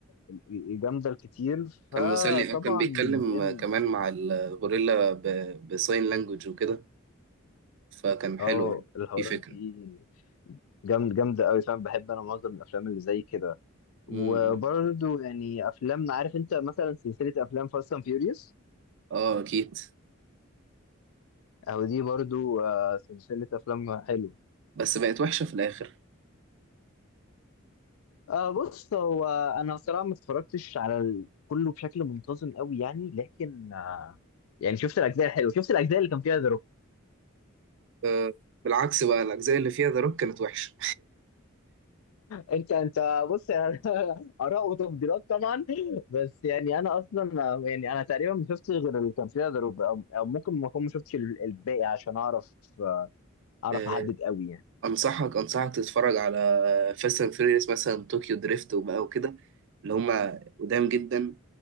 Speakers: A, on the left (about 75°); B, on the right (about 60°).
A: ال- الجامده الكتير
B: كان
A: فطبعا
B: مسلي آه، كان بيتكلم
A: زي ما-
B: كمان مع الغوريلا ب- بساين لانجوج وكده فكان حلو
A: اه
B: يعني
A: الحوارات
B: في فكرة
A: دي جامد جامده قوي فاهم بحب انا معظم الافلام اللي زي كده وبرضه
B: امم
A: يعني افلام عارف انت مثلا سلسله افلام فاست اند فيوريوس
B: اه اكيد
A: او دي برضه آه، سلسله افلام حلوه
B: بس بقت وحشة في الاخر
A: آه بص هو انا صراحه ما اتفرجتش على ال- كله بشكل منتظم قوي يعني لكن آه يعني شفت الاجزاء الحلوه شفت الاجزاء اللي كان فيها ذا روك.
B: آه بالعكس بقى الاجزاء اللي فيها ذا روك كانت وحشة
A: انت انت بص يعني <laughs> اراء وتفضيلات طبعا بس يعني انا اصلا آه، يعني انا تقريبا ما شفتش غير اللي كان فيها ذا روك، او أو ممكن ما اكون ما شفتش ال- الباقي عشان اعرف آه، اعرف
B: <laughs>
A: احدد قوي يعني
B: انصحك انصحك تتفرج على فاست اند فيوريوس مثلا طوكيو دريفت وبقى وكده اللي هما قدام جدا